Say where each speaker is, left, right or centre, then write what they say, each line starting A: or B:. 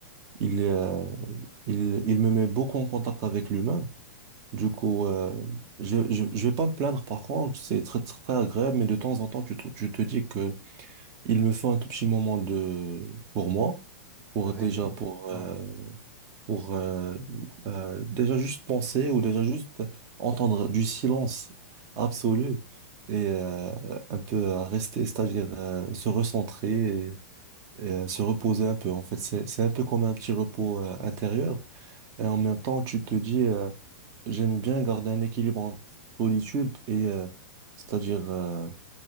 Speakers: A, on the right (about 40°); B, on the right (about 65°).
A: il, euh, il, il me met beaucoup en contact avec l'humain. Du coup, euh, je, je, je vais pas me plaindre par contre, c'est très, très, très agréable, mais de temps en temps, tu te, tu te dis que il me faut un tout petit moment de pour moi, pour
B: Le répit,
A: déjà pour
B: ouais.
A: euh, pour euh, euh, déjà juste penser ou déjà juste entendre du silence absolu et euh, un peu euh, rester, c'est-à-dire euh, se recentrer et, et, euh, se reposer un peu. En fait, c'est c'est un peu comme un petit repos euh, intérieur et en même temps tu te dis euh, j'aime bien garder un équilibre entre solitude et euh, c'est-à-dire euh,